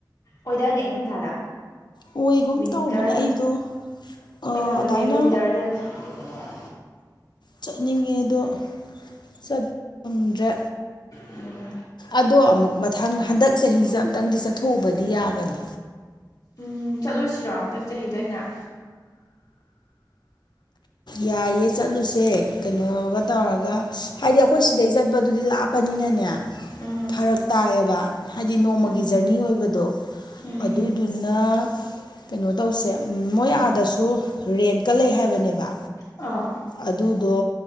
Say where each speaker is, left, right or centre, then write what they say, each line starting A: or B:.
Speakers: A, on the left; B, on the left.
A: ꯑꯣꯏꯗꯥꯏꯅꯦ ꯏꯪꯊꯝꯊꯥꯗ
B: ꯑꯣꯏꯒꯨꯝ
A: ꯋꯤꯟꯇꯔꯗ
B: ꯇꯧꯕꯅꯦ ꯑꯩꯗꯣ
A: ꯑꯣꯏꯅꯕꯅꯦ
B: ꯑꯗꯨꯃꯥꯏꯅ
A: ꯋꯤꯟꯇꯔꯗ <unintelligible> ꯑꯥ
B: ꯆꯠꯅꯤꯡꯉꯦꯗꯣ ꯆꯠꯐꯪꯗ꯭ꯔꯦ
A: ꯎꯝ
B: ꯑꯗꯣ ꯑꯃꯨꯛ ꯃꯊꯪ ꯍꯟꯗꯛ ꯆꯍꯤꯁꯦ ꯑꯃꯨꯛꯇꯪꯗꯤ ꯆꯠꯊꯣꯛꯎꯕꯗꯤ ꯌꯥꯕꯅꯦ
A: ꯎꯝ ꯆꯠꯂꯨꯁꯤꯔꯣ ꯍꯟꯗꯛ ꯆꯍꯤꯗ ꯑꯣꯏꯅ
B: ꯌꯥꯏꯌꯦ ꯆꯠꯂꯨꯁꯦ ꯀꯩꯅꯣꯒ ꯇꯧꯔꯒ ꯍꯥꯏꯗꯤ ꯑꯩꯈꯣꯏ ꯁꯤꯗꯩ ꯆꯠꯄꯗꯨꯗꯤ ꯂꯥꯞ ꯄꯅꯤꯅꯅꯦ
A: ꯎꯝ
B: ꯐꯔꯛ ꯇꯥꯏꯌꯦꯕ ꯍꯥꯏꯗꯤ ꯅꯣꯡꯃꯒꯤ
A: ꯎꯝ
B: ꯖꯔꯅꯤ ꯑꯣꯏꯕꯗꯣ
A: ꯎꯝ
B: ꯑꯗꯨꯗꯨꯅ ꯀꯩꯅꯣ ꯇꯧꯁꯦ ꯃꯣꯏ ꯑꯥꯗꯁꯨ ꯔꯦꯟꯠꯀ ꯂꯩ ꯍꯥꯏꯕꯅꯦꯕ
A: ꯑꯥ
B: ꯑꯗꯨꯗꯣ